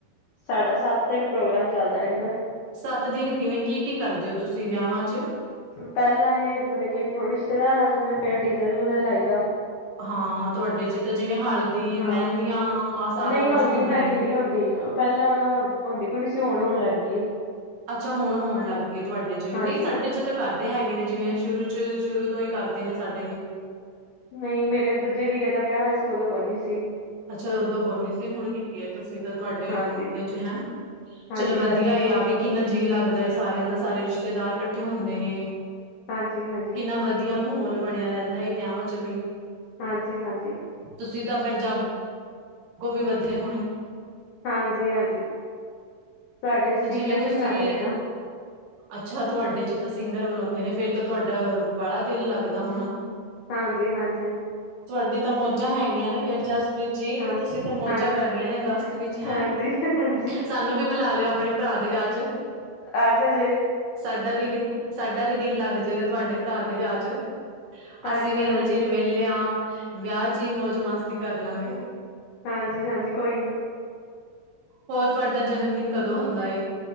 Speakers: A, on the left (about 70°); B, on the right (about 60°).
A: ਸਾਡਾ ਸੱਤ ਦਿਨ ਪ੍ਰੋਗਰਾਮ ਚੱਲਦਾ ਰਹਿੰਦਾ।
B: ਸੱਤ ਦਿਨ ਕਿਵੇਂ ਕੀ ਕੀ ਕਰਦੇ ਓ ਤੁਸੀਂ ਵਿਆਹਵਾ ਚ।
A: ਪਹਿਲਾਂ ਹੀ ਮਤਲਬ ਕਿ ਰਿਸ਼ਤੇਦਾਰ ਆ ਜਾਦੇ। ਫੇਰ ਡੀ ਜੇ ਡੂਜੇ ਲਾਈ ਦਾ।
B: ਹਾਂ ਤੁਹਾਡੇ ਚ ਤਾਂ ਜਿਵੇਂ ਹਲਦੀ
A: ਹਾਂ
B: ਮਹਿੰਦੀਆਂ ਆਹ ਸਾਰਾ
A: ਨਹੀਂ
B: ਕੁੱਝ
A: ਹਲਦੀ
B: ਹੁੰਦਾ
A: ਮਹਿੰਦੀ
B: ਏ।
A: ਨਹੀਂ ਹੁੰਦੀ। ਪਹਿਲਾਂ ਹੁੰਦੀ ਕੋਈ ਨੀ ਸੀ ਹੁਣ ਹੋਣ ਲੱਗ ਗਈ ਏ।
B: ਅੱਛਾ ਹੁਣ ਹੋਣ ਲੱਗ ਗਈਏ ਤੁਹਾਡੇ ਚ,
A: ਹਾਂਜੀ
B: ਨਹੀਂ ਸਾਡੇ ਚ। ਤਾਂ ਕਰਦੇ ਹੈਗੇ ਨੇ ਜਿਵੇਂ ਸ਼ੁਰੂ ਚ ਸ਼ੁਰੂ ਤੋਂ ਹੀ ਕਰਦੇ ਨੇ ਸਾਡੇ ਵਿੱਚ।
A: ਨਹੀਂ ਮੇਰੇ ਦੂਜੇ ਵੀਰੇ ਦਾ ਵਿਆਹ ਹੋਇਆ ਸੀ। ਉਦੋਂ ਕੋਈ ਨੀ ਸੀ।
B: ਅੱਛਾ ਉਦੋਂ ਕੋਈ ਨਹੀਂ ਸੀ। ਹੁਣ ਤੁਸੀਂ ਤਾਂ ਤੁਹਾਡੇ
A: ਹਾਂਜੀ
B: ਉਹਦੇ ਚ ਹੈ
A: ਹਾਂਜੀ
B: ਚਲੋ ਵਧੀਆ
A: ਹਾਂਜੀ
B: ਐ ਆ ਵੀ। ਕਿੰਨਾ ਜੀਅ ਲੱਗਦਾ ਏ ਸਾਰਿਆਂ ਦਾ ਸਾਰੇ ਰਿਸ਼ਤੇਦਾਰ ਕੱਠੇ ਹੁੰਦੇ ਨੇ,
A: ਹਾਂਜੀ ਹਾਂਜੀ
B: ਕਿੰਨਾ ਵਧੀਆ। ਵਧੀਆ ਮਾਹੌਲ ਬਣਿਆ ਰਹਿੰਦਾ ਹੈ। ਵਿਆਹਾਂਵਾ ਚ ਵੀ,
A: ਹਾਂਜੀ ਹਾਂਜੀ।
B: ਤੁਸੀਂ ਤਾਂ ਫਿਰ ਜਾਗੋ ਵੀ ਵੱਧਦੇ ਹੋਣੇ।
A: ਹਾਂਜੀ ਹਾਂਜੀ ਸਾਡੇ ਸਿੰਗਰ
B: ਜਿਵੇਂ
A: ਵੀ
B: ਤੁਸੀਂ
A: ਬੁਲਾਦੇ ਨੇ ਨਾ।
B: <inaudible> ਅੱਛਾ ਤੁਹਾਡੇ ਚ ਤਾਂ ਸਿੰਗਰ ਬੁਲਾਉਂਦੇ ਨੇ ਫੇਰ ਤਾਂ ਤੁਹਾਡਾ ਬਾਲਾ ਦਿਲ ਲੱਗਦਾ ਹੋਣਾ।
A: ਹਾਂਜੀ ਹਾਂਜੀ।
B: ਤੁਹਾਡੀ ਤਾਂ ਮੌਜਾਂ ਹੈਗੀਆਂ ਨੇ ਫਿਰ ਜਸ। ਜੀ
A: ਹਾਂ
B: ਤੁਸੀਂ ਤਾਂ ਮੌਜਾਂ
A: ਹਾਂਜੀ
B: ਕਰਨੀਆਂ ਨੇ ਅਗਸਤ ਵਿੱਚ ਹੈਂ।
A: ਹਾਂਜੀ ਹਾਂਜੀ
B: ਸਾਨੂੰ ਵੀ ਬੁਲਾ ਲਿਓ ਆਪਣੇ ਭਰਾ ਦੇ ਵਿਆਹ ਚ।
A: ਆਜੋ ਜੀ।
B: ਸਾਡਾ ਵੀ ਸਾਡਾ ਵੀ ਦਿਲ ਲੱਗ ਜਾਏਗਾ, ਤੁਹਾਡੇ ਭਰਾ ਦੇ ਵਿਆ ਚ।
A: ਹਾਂਜੀ
B: ਅਸੀਂ ਵੀ
A: ਹਾਂਜੀ
B: ਇਨਾ ਚਿਰ ਵਿਹਲੇ ਆ ਵਿਆਹ ਚ ਹੀ ਮੌਜ ਮਸਤੀ ਕਰ ਲਾਂਗੇ
A: ਹਾਂਜੀ ਹਾਂਜੀ ਕੋਈ ਨੀ
B: ਹੋਰ ਤੁਹਾਡਾ ਜਨਮ ਦਿਨ ਕਦੋਂ ਹੁੰਦਾ ਏ